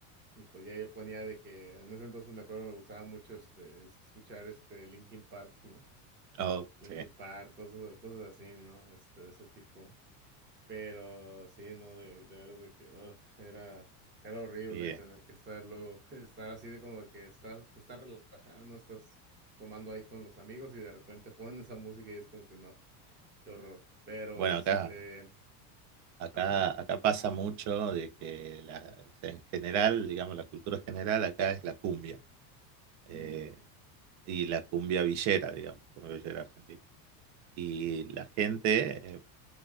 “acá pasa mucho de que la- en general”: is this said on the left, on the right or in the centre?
Right